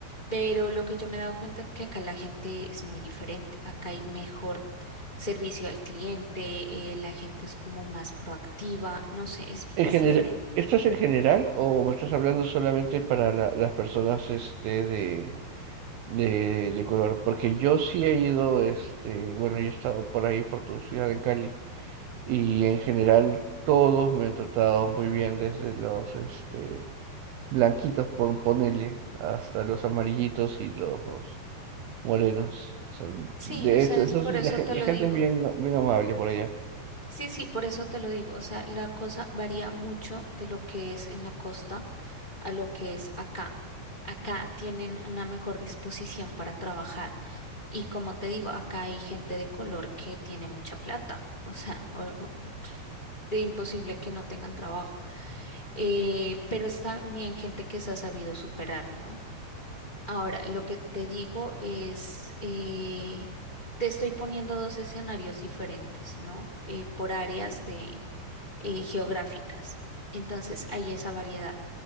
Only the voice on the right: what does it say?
En
general,
¿esto es en general o me estás hablando solamente para la- las personas este, de de, de color, porque yo sí he ido, este, bueno, yo he estado por ahí, por tu ciudad en Cali, y en general todos me han tratado muy bien, desde los, este, blanquitos, pon, ponele, hasta los amarillitos y los morenos. O sea,
de
hecho,
eso
sí,
la, gen-
la
gente
es bien, bien amable por allá.